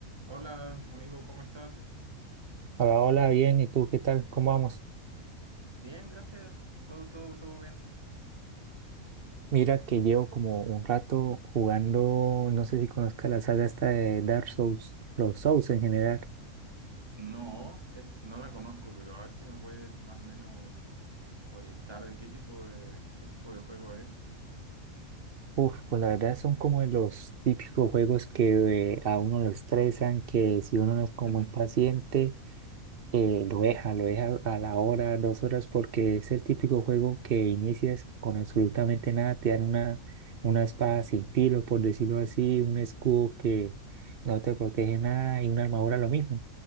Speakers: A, on the right; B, on the right.
A: Hola, amigo, ¿cómo estás?
B: Hola, hola, bien, ¿y tú qué tal? ¿Cómo vamos?
A: Bien, gracias. Todo, todo, todo bien.
B: Mira que llevo como un rato jugando, no sé si conozcas la saga esta de Dark Souls, los Souls en general.
A: No, es, no la conozco, pero a ver si me puedes más o menos orientar de qué tipo de, qué tipo de juego es.
B: Uf, pues la verdad son como de los típicos juegos que eh, a uno lo estresan, que si uno no es como
A: <laughs>
B: muy paciente, eh, lo deja, lo deja a la hora, dos horas, porque es el típico juego que inicias con absolutamente nada, te dan una, una espada sin filo, por decirlo así, un escudo que no te protege nada y una armadura lo mismo.